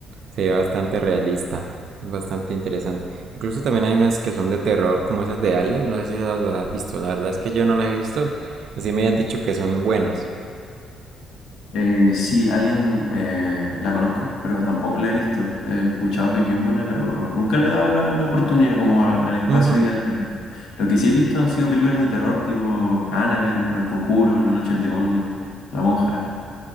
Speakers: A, on the right; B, on the left.
A: se ve bastante realista, es bastante interesante. Incluso también hay unas que son de terror, como esas de Alien, no sé si las las has visto, la verdad es que yo no las he visto, así me han dicho que son buenas.
B: Eh, sí, Alien eh, la conozco, pero tampoco la he visto. He escuchado que es bien buena, pero nunca le he dado la, la oportunidad como al, al espacio
A: Ujú.
B: y al terror. Lo que sí he visto han sido películas de terror tipo Annabelle, o El Conjuro, La Noche del Demonio, La Monja.